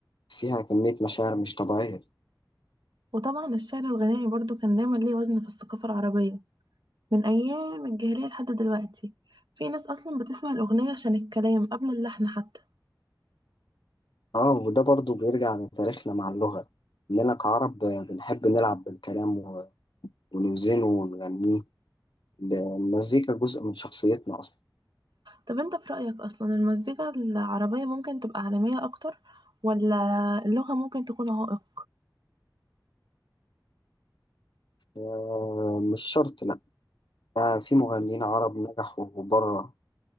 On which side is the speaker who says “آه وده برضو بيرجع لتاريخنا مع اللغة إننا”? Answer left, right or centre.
Left